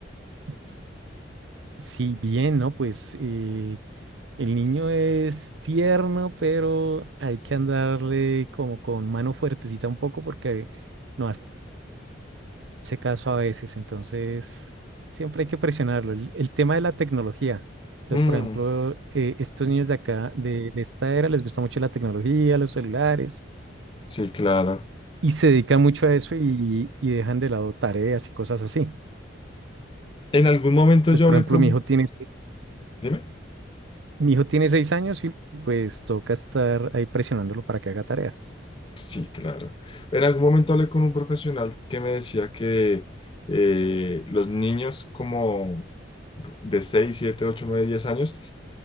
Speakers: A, on the right; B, on the left.
A: S- Sí, bien, ¿no? Pues eh, el niño es tierno, pero hay que andarle como con mano fuertecita un poco porque no hace caso a veces. Entonces, siempre hay que presionarlo. El, el tema de la tecnología. Entonces,
B: Mm,
A: por ejemplo, eh, estos niños de acá, de, de esta era, les gusta mucho la tecnología, los celulares.
B: sí, claro.
A: y se dedican mucho a eso y, y dejan de lado tareas y cosas así.
B: En algún momento
A: Entonces,
B: yo
A: por
B: hablé
A: ejemplo,
B: con...
A: mi hijo tiene,
B: Dime.
A: mi hijo tiene seis años y pues toca estar ahí presionándolo para que haga tareas.
B: Sí, claro. En algún momento hablé con un profesional que me decía que eh, los niños como de 6, 7, 8, 9, 10 años